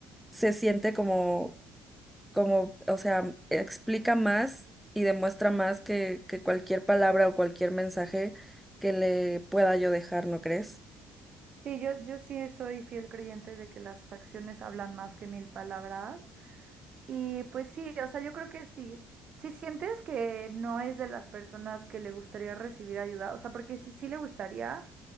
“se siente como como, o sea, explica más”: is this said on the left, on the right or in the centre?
Centre